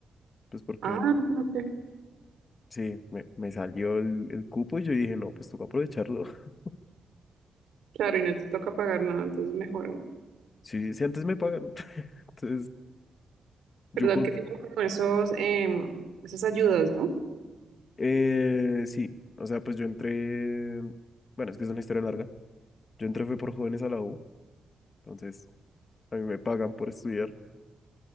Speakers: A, on the left (about 50°); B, on the right (about 80°).
A: pues porque
B: Ah, ok. ok.
A: sí, me, me salió el, el cupo y yo dije, no, pues toca aprovecharlo. <laughs>
B: Claro, y no te toca pagar nada, entonces mejor. aún.
A: Sí, si antes me pagan. <laughs> Entonces, yo
B: ¿Verdad
A: con...
B: que tienen como esos, em, esas ayudas, ¿no?
A: Eh, sí, o sea, pues yo entré, bueno, es que es una historia larga. Yo entré fue por jóvenes a la U, entonces a mí me pagan por estudiar,